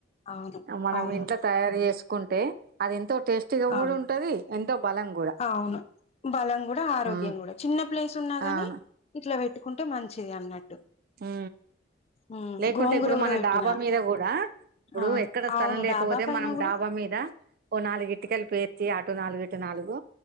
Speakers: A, on the left; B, on the right.
A: అవును
B: మనం
A: అవును
B: ఇంట్ తయారు చేసుకు కుంటే అది ఎంతో టేస్టీగా కూడా
A: ఆ
B: ఉంటది ఎంతో బలం కూడా
A: అవును బలం కూడా ఆరోగ్యం
B: ఉమ్
A: కూడా చిన్న ప్లేస్ ఉన్నా గాని
B: అవును
A: ఇట్లా పెట్టుకుంటే మంచిది అన్నట్టు
B: ఉ
A: ఉమ్
B: లేకుంటే
A: గోంగూర
B: ఇప్పుడు
A: కూడా
B: మన
A: పెట్టినా
B: డాబా మీద కూడా ఇప్పుడు
A: ఆ
B: ఎక్కడ స్థలం
A: అవును
B: లేకపోతే
A: డాబా పైన
B: మనం
A: కూడా
B: డాబా మీద ఓ నాలుగు ఇటుకలు పేర్చ అటు నాలుగు ఇటు నాలుగు